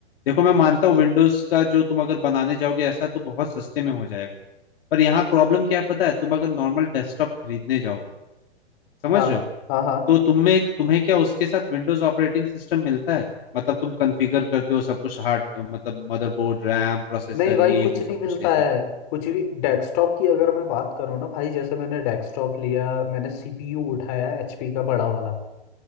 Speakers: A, on the left; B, on the left.
A: देखो मैं मानता हूँ विंडोज का जो तुम अगर बनाने जाओगे ऐसा तो बहुत सस्ते में हो जाएगा पर यहाँ प्रॉब्लम क्या है पता है तुम अगर नॉर्मल डेस्कटॉप खरीदने जाओगे समझ
B: हाँ
A: रहे हो
B: हाँ हाँ
A: तो तुम्हें तुम्हें क्या उसके साथ विंडोज ऑपरेटिंग सिस्टम मिलता है मतलब तुम कॉन्फ़िगर करते हो सब कुछ हार्ड मतलब मदरबोर्ड रैम प्रोसेसर
B: नहीं भाई
A: ये
B: कुछ
A: वो सब
B: नहीं मिलता
A: कुछ लेते
B: है
A: हो
B: कुछ भी डेस्कटॉप की अगर मैं बात करूँ ना भाई जैसे मैंने डेस्कटॉप लिया मैंने सीपीयू उठाया एचपी का बड़ा वाला